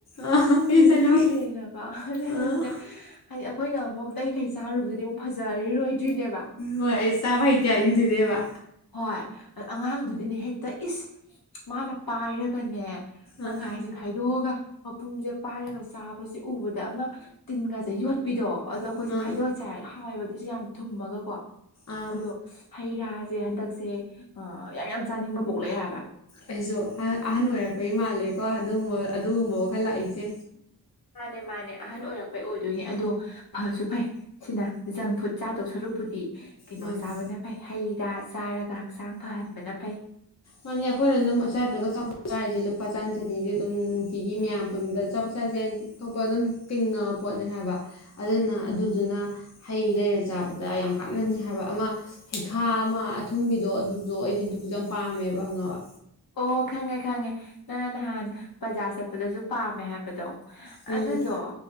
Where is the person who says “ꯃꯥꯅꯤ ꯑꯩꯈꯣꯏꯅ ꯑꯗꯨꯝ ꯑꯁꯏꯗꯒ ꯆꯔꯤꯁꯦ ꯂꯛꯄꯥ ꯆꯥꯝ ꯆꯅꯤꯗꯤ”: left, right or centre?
Left